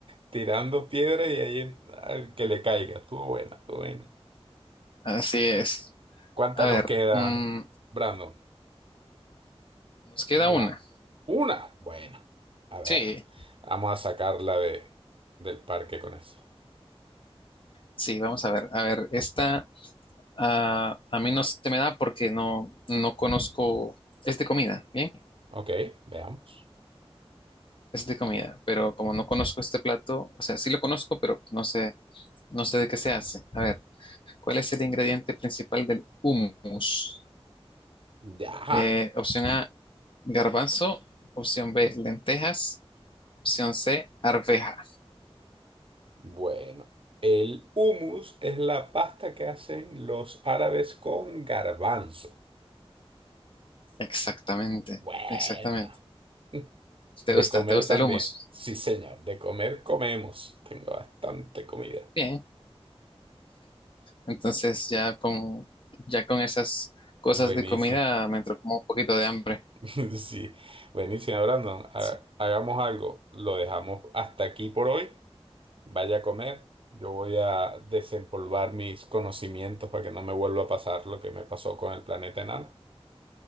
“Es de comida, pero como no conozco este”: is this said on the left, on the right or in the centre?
Left